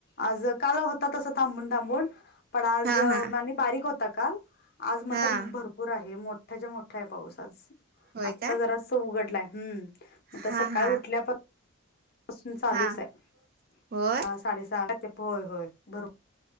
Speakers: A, on the left (about 45°); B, on the right (about 45°).
A: आज काल होतातसं थांबून तांबून पण आज
B: हा हा
A: म्ह बारीक होता का आज मग
B: हा
A: तर भरपूर आहे मोठ मोठ्या मोठा आहे पाऊसज
B: होय
A: आत्ता
B: का
A: जरास उघडलाय हम्म आता
B: हा
A: सकाळी
B: हा
A: उठल्या पासून चालूच
B: हा
A: आहे
B: होय
A: सहा साडे सहा होय होय बरोर